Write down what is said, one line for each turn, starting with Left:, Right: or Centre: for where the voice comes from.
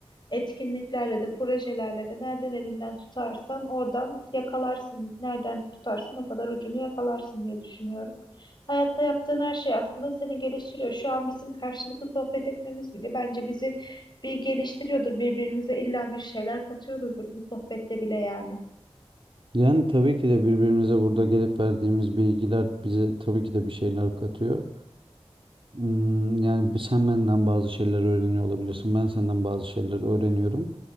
Left: etkinliklerle de, projelerle de nereden elinden tutarsan oradan yakalarsın. Nereden tutarsın o kadar ucunu yakalarsın diye düşünüyorum. Hayatta yaptığın her şey aslında seni geliştiriyor. Şu an bizim karşılıklı sohbet etmemiz bile bence bizi bir geliştiriyordur. Birbirimize illa bir şeyler katıyoruzdur bu sohbette bile yani.
Right: Yani tabii ki de birbirimize burada gelip verdiğimiz bilgiler bize tabii ki de bir şeyler katıyor. Hmm, Yani sen benden bazı şeyler öğreniyor olabilirsin. Ben senden bazı şeyler öğreniyorum.